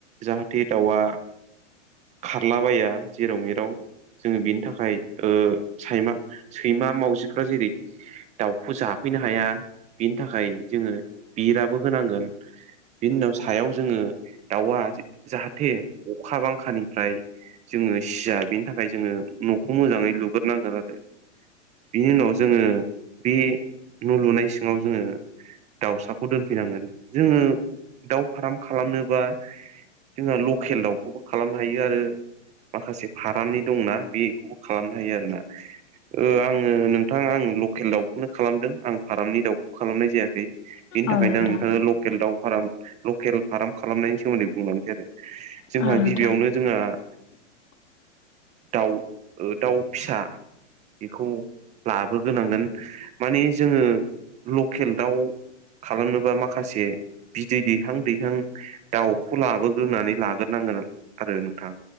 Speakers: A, on the right (about 20°); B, on the left (about 75°).
A: जाहाथे दाउआ खारला बाया जेराव मेराव जोंङो बेनि थाखाय‌ ओ सायमा सैमा मावजिफोरा जेरै- दाउखौ जाफैनो हाया बेनि थाखाय जोंङो बेराबो होनांगोन। बिनि उनाव सायाव जोंङो दाउआ जाहाथे अखा बांखानिफ्राय जोंङो सिया बेनि थाखाय जोंङो न'खौ मोजाङै लुग्रोनांगोन आरो- बिनि उनाव जोंङो बे न लुनाय सिङाव जोंङो दाउसाखौ दोनफैनांगोन जोंङो दाउ फाराम खालामनोबा जोंहा लकेल दाउखौबो खालामनो हायो आरो माखासे फारामनि दंना बेखौबो खालामनो हायो आरो ना ओ आङो नोंथाङा आं लकेल दाउखौनो खालामदों आं फारामनि दाउखौ खालामनाय जाया खै बेनि
B: औ
A: थाखायनो
B: नोंथां
A: आं नोंथांनो लकेल दाउ फाराम लकेल फार्म खालामनायनि सोमोन्दै बुंलांनोसै आरो जोंहा
B: औ नोंथां
A: गिबियावनो जोंहा-
B: <inaudible>
A: दाउ ओ दाउ फिसा- बेखौ लाबोगोनांगोन माने जोंङो लकेल दाउ खालामनोबा माखासे बिदै दैहां दैहां दाउखौ लाबोग्रोनानै लाग्रोनां- गोन आरो नोंथां